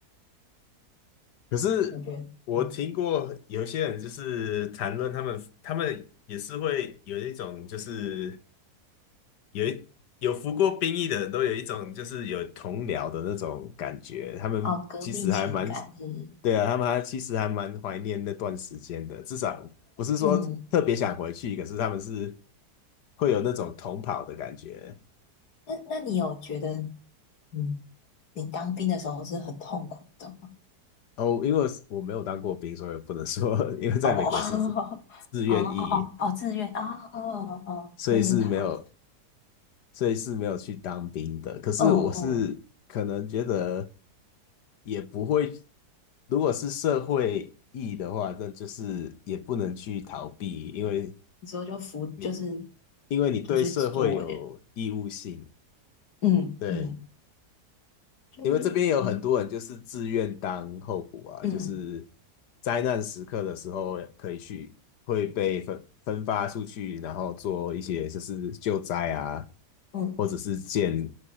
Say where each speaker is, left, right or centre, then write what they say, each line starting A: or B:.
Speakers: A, on the left; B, on the left.
A: 可是我听过有些人就是谈论他们，
B: 我觉得，嗯，
A: 他们也是会有一种就是有一有服过兵役的人都有一种就是有同僚的那种感觉，他们其实还蛮，
B: 哦，革命情感是
A: 对啊，他们还其实还蛮怀念那段时间的，至少不是说特别想回去，
B: 那种，
A: 可是他们是会有那种同跑的感觉。
B: 那那你有觉得，嗯，你当兵的时候是很痛苦的吗？
A: 哦，因为我没有当过兵，所以不能说，<laughs> 因为在美国是
B: 哦哦 <laughs>
A: 自愿役，
B: 哦哦哦哦，自愿啊哦哦哦，
A: 所以是没有，
B: 那边好，
A: 所以是没有去当兵的。可是我是可能觉得
B: 嗯嗯，
A: 也不会，如果是社会意义的话，那就是也不能去逃避，因为
B: 你之后就服就是
A: 你因为你对社会有义务性，
B: 就去做一点，嗯嗯，
A: 对。
B: 就是我是
A: 因为这边有很多人就是自愿当候补啊，
B: 嗯
A: 就是灾难时刻的时候可以去，会被分分发出去，然后做一些就是救灾啊，
B: 嗯
A: 或者是建